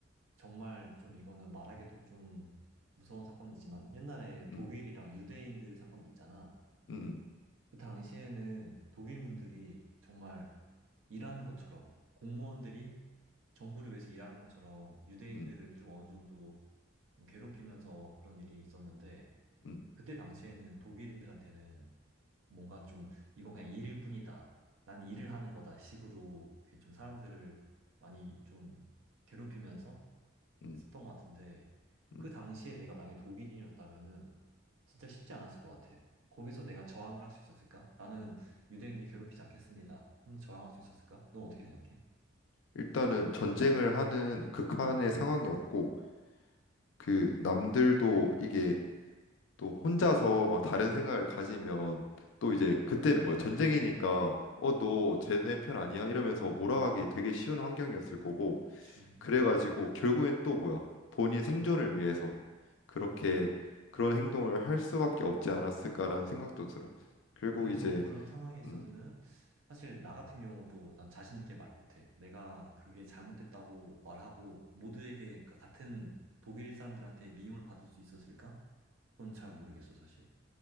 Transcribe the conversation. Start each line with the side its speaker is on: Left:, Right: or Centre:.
Right: 정말 좀 이거는 말하기도 좀 무서운 사건이지만 옛날에
Left: 음,
Right: 독일이랑 유대인들 사건 있잖아.
Left: 음,
Right: 그 당시에는 독일 군들이 정말 일하는 것처럼 공무원들이 정부를 위해서 일하는 것처럼 유대인들을
Left: 음,
Right: 좀 어느 정도 좀 괴롭히면서 그런 일이 있었는데
Left: 음,
Right: 그때 당시에는 독일인들한테는 뭔가 좀 이건 그냥 일일 뿐이다. 난 일을 하는 거다 식으로 그게 좀 사람들을 많이 좀 괴롭히면서
Left: 음, 음.
Right: 했었던 것 같은데 그
Left: 음.
Right: 당시에 내가 만약에 독일인이었다면은 진짜 쉽지 않았을 것 같아. 거기서 내가 저항을 할 수 있었을까? 나는 유대인들을 괴롭히지 않겠습니다. 하면 저항할 수 있었을까? 넌 어떻게 생각해?
Left: 일단은 전쟁을 하는 극한의 상황이었고 그 남들도 이게 또 혼자서 막 다른 생각을 가지면 또 이제 그때는 뭐야 전쟁이니까 어 너 쟤네 편 아니야 이러면서 몰아가기 되게 쉬운 환경이었을 거고
Right: 그치. 음.
Left: 그래가지고 결국엔 또 뭐야 본인 생존을 위해서 그렇게 그런 행동을 할 수밖에 없지 않았을까라는 생각도 들어 결국
Right: 그래서
Left: 이제
Right: 그런 상황에 있었으면
Left: 음
Right: 사실 나 같은 경우도 난 자신 있게 말 못해. 내가 그게 잘못됐다고 말하고 모두에게 그러니까 같은 독일 사람들한테 미움을 받을 수 있었을까? 그건 잘 모르겠어, 사실.